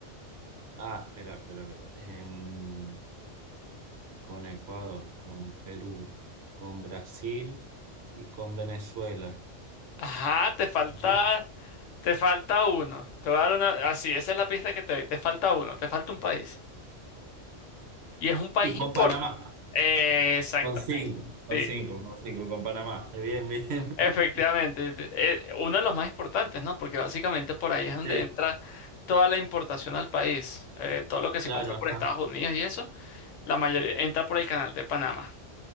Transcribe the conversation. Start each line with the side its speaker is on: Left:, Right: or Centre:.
Right: Ah, espera, espera, espera. Em, con Ecuador, con Perú, con Brasil y con Venezuela.
Left: Ajá, te falta,
Right: ¿Ya?
Left: te falta uno. Te voy a dar una, así, esa es la pista que te doy. Te falta uno, te falta un país. Y es un país
Right: Y con
Left: importante.
Right: Panamá,
Left: Exactamente,
Right: con cinco, con
Left: sí,
Right: cinco, con cinco, con Panamá. Eh, Bien, bien.
Left: efectivamente.
Right: <laughs>
Left: Eh, uno de los más importantes, ¿no? Porque básicamente por ahí es donde
Right: Sí,
Left: entra toda la importación al país. Eh, todo lo que se
Right: claro,
Left: compra
Right: ajá.
Left: por Estados Unidos y eso, la mayoría entra por el canal de Panamá.